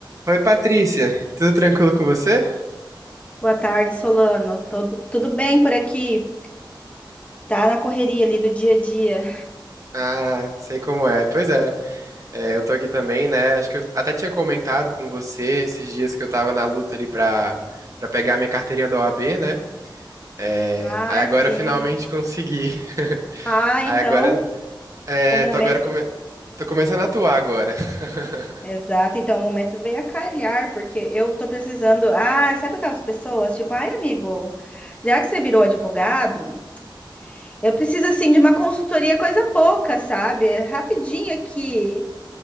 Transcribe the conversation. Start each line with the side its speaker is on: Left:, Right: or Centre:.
Right: Oi, Patrícia, tudo tranquilo com você?
Left: Boa tarde, Solano. Todo- tudo bem por aqui? Tá na correria ali do dia a dia.
Right: Ah, sei como é. Pois é, é, eu tô aqui também, né? Acho que eu até tinha comentado com você esses dias que eu tava na luta ali pra, pra pegar minha carteirinha da OAB, né? É,
Left: Ai,
Right: aí agora
Left: sim.
Right: eu finalmente consegui. <laughs>
Left: Ah,
Right: Aí
Left: então
Right: agora, é,
Left: o momento.
Right: tô agora come... tô começando a atuar agora. <laughs>
Left: Exato, então o momento veio a calhar, porque eu tô precisando. Ah, sabe aquelas pessoas? Tipo, ai, amigo, já que você virou advogado, eu preciso assim de uma consultoria, coisa pouca, sabe? É Rapidinho aqui.